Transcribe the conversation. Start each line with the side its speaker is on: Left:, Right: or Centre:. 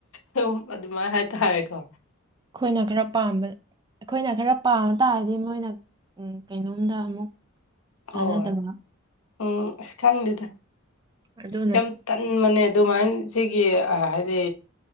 Left: ꯑꯗꯨꯝ ꯑꯗꯨꯃꯥꯏꯅ ꯍꯥꯏꯇꯥꯔꯦꯀꯣ
Right: ꯑꯩꯈꯣꯏꯅ ꯈꯔ ꯄꯥꯝꯕ ꯑꯩꯈꯣꯏꯅ ꯈꯔ ꯄꯥꯝꯕ ꯇꯥꯔꯗꯤ ꯃꯣꯏꯅ ꯀꯩꯅꯣꯝꯗ ꯑꯃꯨꯛ
Left: ꯍꯣꯏ
Right: ꯆꯥꯟꯅꯗꯕ
Left: ꯎꯝ ꯑꯁ ꯈꯪꯗꯦꯗ
Right: ꯑꯗꯨꯅ
Left: ꯌꯥꯝ ꯇꯟꯕꯅꯦ ꯑꯗꯨꯃꯥꯏꯅ ꯁꯤꯒꯤ ꯑꯥ ꯍꯥꯏꯗꯤ